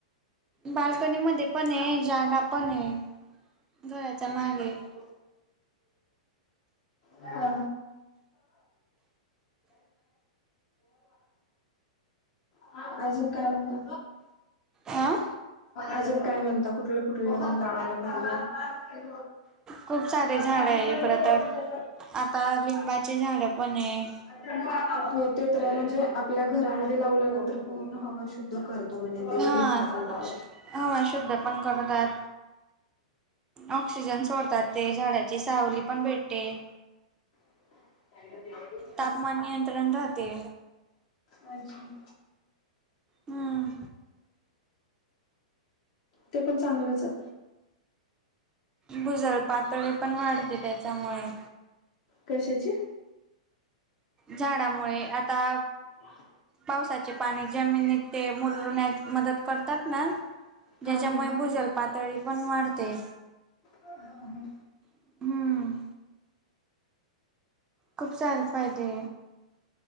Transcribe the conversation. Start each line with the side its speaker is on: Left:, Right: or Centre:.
Right: बाल्कनी मध्ये पण ये जागा पण ये घराच्या मागे.
Left: <unintelligible> हां हां. आजून काय म्हणता?
Right: हा
Left: अजून काय म्हणत कुठलं कुठलं झाड लावल खाली.
Right: खूप सारे
Left: बदलापूर
Right: झाड आहे
Left: ला
Right: इकडं
Left: गेली
Right: तर आता लिंबाचे झाड पण आहे
Left: <unintelligible> होते ते म्हणजे आपल्या घरामध्ये लावल्यानंतर पूर्ण हवा शुद्ध द्ध करतो म्हणजे ते
Right: हा
Left: लिंबाच पा.
Right: हवा शुद्ध पण करतात ऑक्सिजन सोडतात. ते झाडाची सावली पण भेटते.
Left: <unintelligible>
Right: तापमान नियंत्रण राहते.
Left: अच्छा.
Right: हम्म.
Left: तो पण चांगलंच आ.
Right: भुजल पातळी पण वाढते त्याच्यामुळे.
Left: कशाची?
Right: झाडामुळे आता.
Left: ह.
Right: पावसाचे पाणी जमिनीत ते मुरण्यात मदत करतात ना. ज्याच्यामुळे
Left: हा हा
Right: भुजल पातळी पण वाढते.
Left: हा हा.
Right: हम्म खूप सारे फायदे.